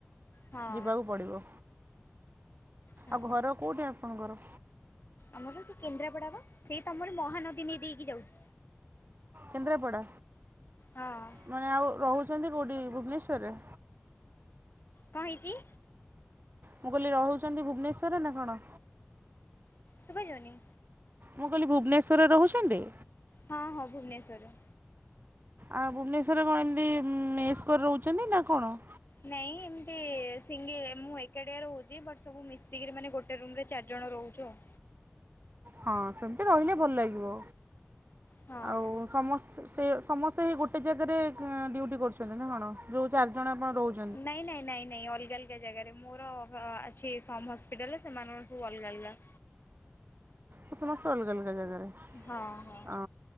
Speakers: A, on the left; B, on the right.
A: ହଁ
B: ଯିବାକୁ ପଡିବ
A: ହଁ
B: ଆଉ ଘର କୋଉଠି ଆପଣଙ୍କର?
A: ଆମର ସେ କେନ୍ଦ୍ରାପଡା ବା ସେଇ ତମର ମହାନଦୀ ନେଇ ଦେଇକି ଯାଉଚୁ।
B: କେନ୍ଦ୍ରାପଡ଼ା
A: ହଁ
B: ମାନେ ଆଉ ରହୁଚନ୍ତି କେଉଁଠି ଭୁବନେଶ୍ୱରରେ?
A: କଣ ହେଇଚି?
B: ମୁଁ କହିଲି ରହୁଚନ୍ତି ଭୁବନେଶ୍ଵରରେ ନା କଣ?
A: ସୁଭାଯାଉନି?
B: ମୁଁ କହିଲି ଭୁବନେଶ୍ୱର ରେ ରହୁଛନ୍ତି?
A: ହଁ ହଁ ଭୁବନେଶ୍ଵରରେ।
B: ଆଉ ଭୁବନେଶ୍ଵର ରେ କଣ ଏମିତି ମେସ କରି ରହୁଚନ୍ତି ନା କଣ?
A: ନାଇଁ ଏମିତି ସିଙ୍ଗି ମୁଁ ଏକାଡିଆରେ ରହୁଚି ବଟ୍ ସବୁ ମିଶିକିରି ମାନେ ଗୋଟେ ଟେ ରୁମ୍ ରେ ଚାରି ଜଣ ରହୁଚୁ ଆଉ।
B: ହଁ ସେମିତି ରହିଲେ ଭଲ ଲାଗିବ।
A: ହଁ
B: ଆଉ ସମସ୍ତେ ସେ ସମସ୍ତେ ହେ ଗୋଟେ ଜାଗାରେ ଏଁ ଡ୍ୟୁଟି କରୁଚନ୍ତି ନା କଣ ଯୋଉ ଚାରିଜଣ ଆପଣ ରହୁଚ?
A: ନାଇଁ ନାଇଁ ନାଇଁ ନାଇଁ ଅଲଗା ଅ ଅଲଗା ଜାଗାରେ ମୋର ଅ ଅଛି ସମ୍ ହସ୍ପିଟାଲରେ ସେମାନଙ୍କ ସବୁ ଅଲଗା ଅଲଗା।
B: ତ ସମସ୍ତେ ଅଲଗା ଅଲଗା ଜାଗାରେ।
A: ହଁ ହଁ
B: ଅ